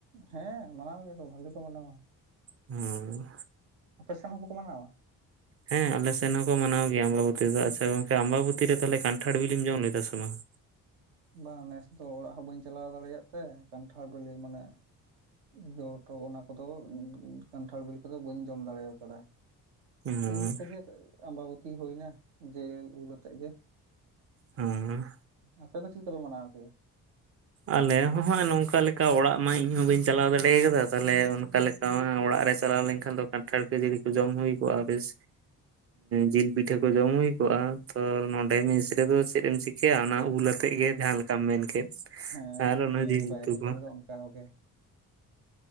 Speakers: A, on the right; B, on the right.
A: ᱦᱮᱸ ᱢᱟᱱᱟᱣ ᱜᱮᱭᱟᱠᱚ ᱵᱷᱟᱹᱞᱮᱴᱤ ᱠᱚ ᱢᱟᱱᱟᱣᱟ
B: ᱦᱮᱸ
A: ᱟᱯᱮ ᱥᱮᱱ ᱦᱚᱸ ᱵᱟᱠᱚ ᱢᱟᱱᱟᱣᱟ
B: ᱦᱮᱸ ᱟᱞᱮ ᱥᱮᱱ ᱦᱚᱸᱠᱚ ᱢᱟᱱᱟᱣ ᱜᱮᱭᱟ ᱟᱢᱵᱟᱵᱚᱛᱤ ᱫᱚ ᱟᱪᱪᱷᱟ ᱜᱚᱝᱠᱮ ᱟᱢᱵᱟᱵᱚᱛᱤ ᱨᱮ ᱛᱟᱦᱚᱞᱮ ᱠᱟᱱᱴᱷᱟᱲ ᱵᱤᱞᱤᱢ ᱡᱚᱢ ᱞᱮᱫᱟ ᱥᱮ ᱵᱟᱝ
A: ᱵᱟᱝ ᱱᱮᱥ ᱫᱚ ᱚᱲᱟᱜ ᱦᱚᱸ ᱵᱟᱹᱧ ᱪᱟᱞᱟᱣ ᱫᱟᱲᱮᱭᱟᱜ ᱛᱮ ᱠᱟᱱᱴᱷᱟᱲ ᱵᱮᱞᱮ ᱢᱟᱱᱮ ᱡᱚᱴᱚ ᱚᱱᱟ ᱠᱚᱫᱚ ᱠᱟᱱᱴᱷᱟᱲ ᱵᱮᱞᱮ ᱠᱚᱫᱚ ᱵᱟᱹᱧ ᱡᱚᱢ ᱫᱟᱲᱮᱣ ᱠᱟᱫᱟ
B: ᱦᱩᱸ
A: ᱩᱞ ᱛᱮᱜᱮ ᱟᱢᱵᱟᱵᱚᱛᱤ ᱦᱩᱭᱱᱟ ᱡᱮ ᱩᱞ ᱟᱛᱮᱜ ᱜᱮ
B: ᱚᱸ
A: ᱟᱯᱮ ᱫᱚ ᱪᱤᱫ ᱞᱮᱠᱟ ᱯᱮ ᱢᱟᱱᱟᱣ ᱠᱮᱫᱟ?
B: ᱟᱞᱮ ᱦᱚᱸ ᱦᱟᱜ ᱱᱚᱝᱠᱟ ᱞᱮᱠᱟ ᱚᱲᱟᱜ ᱢᱟ ᱤᱧ ᱦᱚᱸ ᱵᱟᱹᱧ ᱪᱟᱞᱟᱣ ᱫᱟᱲᱮ ᱠᱟᱫᱟ ᱛᱟᱞᱦᱮ ᱚᱱᱠᱟ ᱞᱮᱠᱟ ᱚᱲᱟᱜ ᱨᱮ ᱪᱟᱞᱟᱣ ᱞᱮᱱᱠᱷᱟᱱ ᱫᱚ ᱠᱟᱱᱴᱷᱟᱲ ᱠᱷᱟᱹᱡᱟᱹᱲᱤ ᱠᱚ ᱡᱚᱢ ᱦᱩᱭ ᱠᱚᱜᱼᱟ ᱵᱮᱥ ᱡᱤᱞ ᱯᱤᱴᱷᱟᱹ ᱠᱚ ᱡᱚᱢ ᱦᱩᱭ ᱠᱚᱜᱼᱟ ᱛᱚ ᱱᱚᱰᱮ ᱢᱮᱥ ᱨᱮᱫᱚ ᱪᱮᱫ ᱮᱢ ᱪᱤᱠᱟᱹᱭᱟ ᱚᱱᱟ ᱩᱞ ᱟᱛᱮᱫ
A: ᱦᱮᱸ
B: ᱜᱮ ᱡᱟᱦᱟᱸ ᱞᱮᱠᱟᱢ ᱢᱮᱱ ᱠᱮᱫ
A: ᱦᱮᱸ
B: ᱟᱨ
A: ᱦᱮᱸ
B: ᱚᱱᱟ
A: ᱢᱮᱥ
B: ᱡᱤᱞ
A: ᱵᱟᱭᱨᱮ
B: ᱩᱛᱩ ᱠᱚ
A: ᱠᱚᱨᱮ ᱫᱚ ᱚᱱᱠᱟ ᱜᱮ